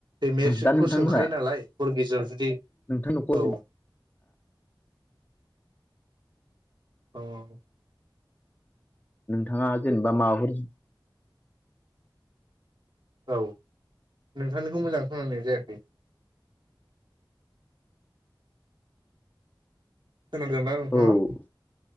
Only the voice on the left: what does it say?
दा नोंथांमोनहा
नोंथांनि न'खराव
जेनेबा
नोंथाङा जेनेबा माबाफोर
औ